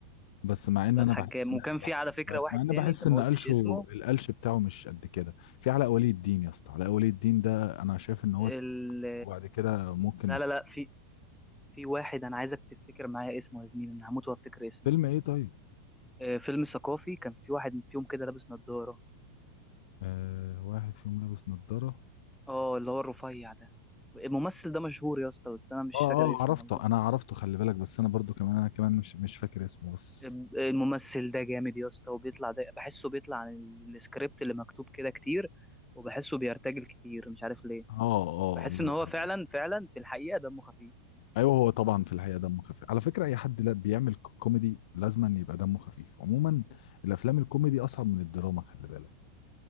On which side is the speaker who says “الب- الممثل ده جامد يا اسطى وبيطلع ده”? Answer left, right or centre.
Centre